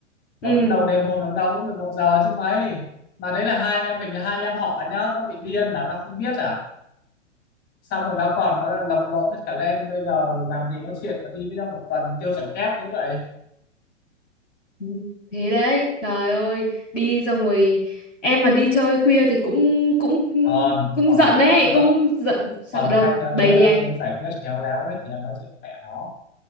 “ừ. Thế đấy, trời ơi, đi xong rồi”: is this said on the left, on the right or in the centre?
Left